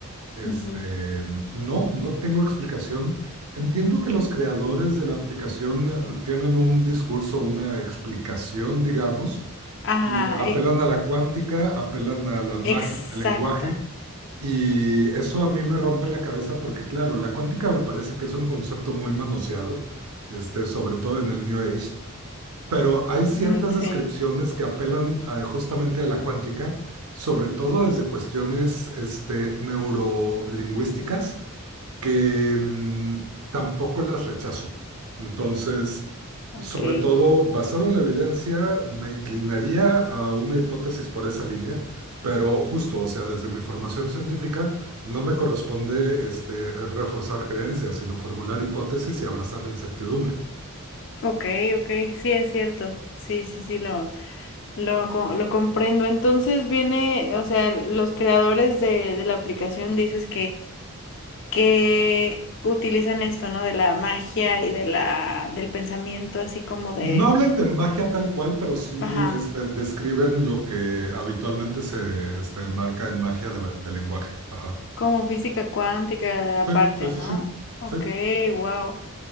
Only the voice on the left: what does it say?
ujú.
Ajá,
e-
exacto.
Mm, sí,
ok.
Ok, ok, sí es cierto. Sí, sí, sí, lo, lo, co- lo comprendo. Entonces viene, o sea, los creadores de, de la aplicación dices que utilizan esto, ¿no? De la magia y de la, del pensamiento, así como de,
ajá,
como física cuántica aparte,
¿no? Ok,
wow.